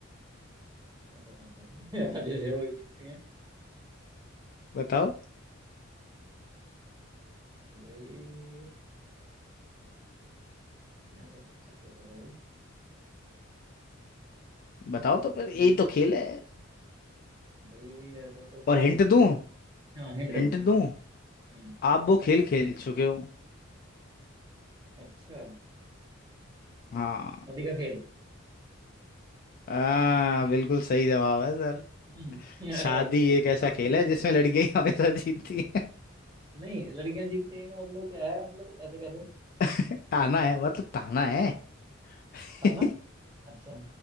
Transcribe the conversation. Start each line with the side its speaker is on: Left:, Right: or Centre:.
Right: ऐसा कौन सा खेल <laughs> यार जैसे वो जीतती हैं
Left: बताओ
Right: तो भाई ऐसा कौन सा खेल होगा भाई <laughs>
Left: बताओ तो फिर यही
Right: हम्म,
Left: तो खेल है
Right: भाई ऐसा तो कुछ
Left: और हिंट दूं
Right: हाँ हिंट दे
Left: हिंट
Right: दो हिंट
Left: दूं
Right: हम्म
Left: आप वो खेल खेल चुके हो
Right: अच्छा
Left: हाँ
Right: शादी का खेल
Left: हाँ बिल्कुल सही जवाब है सर
Right: <laughs> हम्म,
Left: शादी
Right: अरे वाह।
Left: एक ऐसा खेल है जिसमें लड़कियां ही हमेशा जीतती है
Right: नहीं लड़कियां जीतती हैं का मतलब क्या है मतलब ऐसे कैसे
Left: <laughs> ताना है मतलब ताना है <laughs>
Right: ताना अच्छा